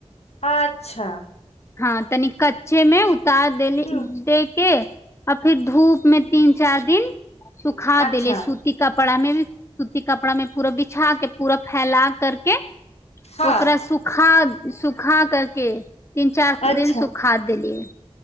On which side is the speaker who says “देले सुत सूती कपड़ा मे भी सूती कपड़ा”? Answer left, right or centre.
Left